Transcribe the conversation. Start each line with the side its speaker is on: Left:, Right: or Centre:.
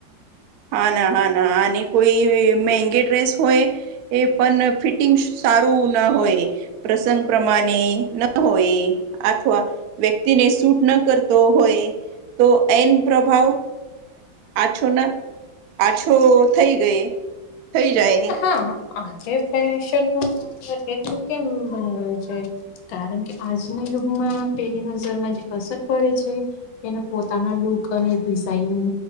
Right: હા ના હા ના અને કોઈ મહેંગી ડ્રેસ હોય એ પણ ફિટિંગ સારું ન હોય પ્રસંગ પ્રમાણે ન હોય અથવા વ્યક્તિને સૂટ ન કરતો હોય તો એન પ્રભાવ આછોન પાછો થઇ ગઈ થઈ જાય
Left: હા આજે ફેશન નું એટલું કેમ બનવાયું છે કારણ કે આજના યુગમાં પેલી નજરમાં જે અસર પડે છે એને પોતાના લુક અને ડિઝઇન